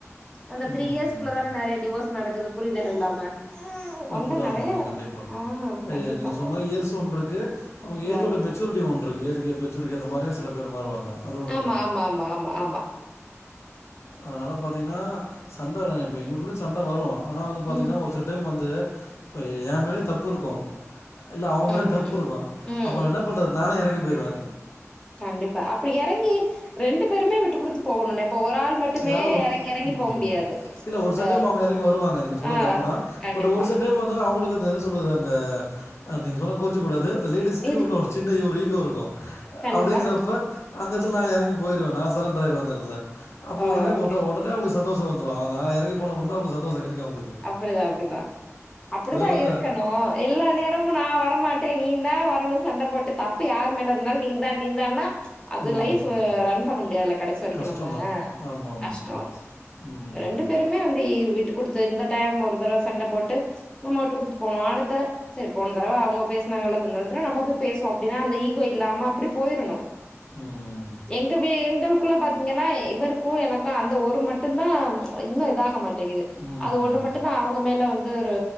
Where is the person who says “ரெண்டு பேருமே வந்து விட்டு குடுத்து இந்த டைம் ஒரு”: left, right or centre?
Left